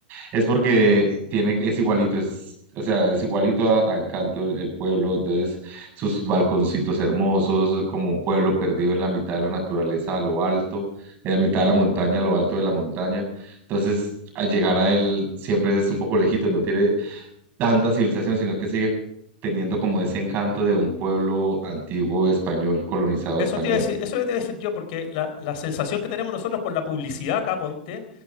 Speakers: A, on the right; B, on the left.
A: es porque tiene, es igualito, es, o sea, es igualito a, a Encanto el, el pueblo, entonces sus balconcitos hermosos, como un pueblo perdido en la mitad de la naturaleza, a lo alto, en la mitad de la montaña, a lo alto de la montaña. Entonces, al llegar a él siempre es un poco lejito, no tiene tanta civilización, sino que sigue teniendo como ese encanto de un pueblo antiguo español, colonizado
B: eso
A: español.
B: te iba a decir, eso te iba a decir yo, porque la, la sensación que tenemos nosotros por la publicidad acá, ponte,